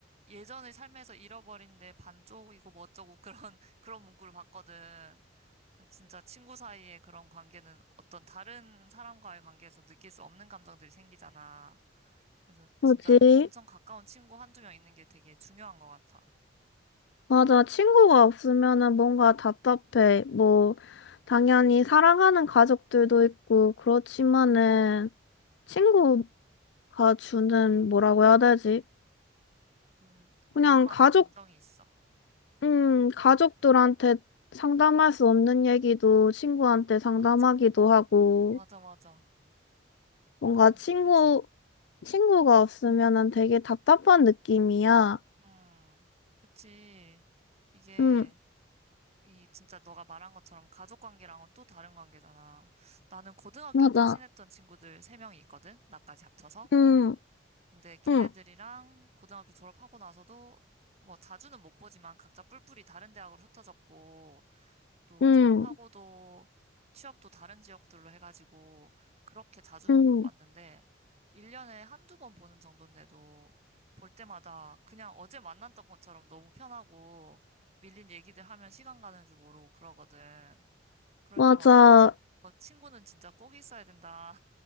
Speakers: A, on the right (about 35°); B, on the left (about 70°).
A: 예전의 삶에서 잃어버린 내 반쪽이고 뭐 어쩌고 그런, <laughs> 그런 문구를 봤거든. 그 진짜 친구 사이의 그런 관계는 어떤 다른 사람과의 관계에서 느낄 수 없는 감정들이 생기잖아. 그래서
B: 뭐지?
A: 진짜 엄청 가까운 친구 한두 명 있는 게 되게 중요한 것 같아.
B: 맞아. 친구가 없으면은 뭔가 답답해. 뭐, 당연히 사랑하는 가족들도 있고, 그렇지만은, 친구가
A: 음.
B: 주는 뭐라고 해야 되지?
A: 그,
B: 그냥
A: 그것만의
B: 가족,
A: 감정이 있어.
B: 음, 가족들한테 상담할 수 없는 얘기도 친구한테 상담하기도
A: 맞아.
B: 하고,
A: 맞아, 맞아.
B: 뭔가
A: 그런
B: 친구,
A: 게 크지.
B: 친구가 없으면은 되게 답답한 느낌이야.
A: 음, 그치. 이게,
B: 응,
A: 이 진짜 너가 말한 것처럼 가족 관계랑은 또 다른 관계잖아. 나는 고등학교
B: 맞아.
A: 때 친했던 친구들 세명이 있거든? 나까지 합쳐서.
B: 응,
A: 근데 걔네들이랑
B: 응,
A: 고등학교 졸업하고 나서도 뭐 자주는 못 보지만 각자 뿔뿔이 다른 대학으로 흩어졌고 또
B: 응,
A: 졸업하고도 취업도 다른 지역들로 해가지고 그렇게 자주는
B: 응,
A: 못 봤는데 1년에 한두 번 보는 정도인데도 볼 때마다 그냥 어제 만났던 것처럼 너무 편하고 밀린 얘기들 하면 시간 가는 줄 모르고 그러거든. 그럴
B: 맞아.
A: 때마다 아, 너 친구는 진짜 꼭 있어야 된다.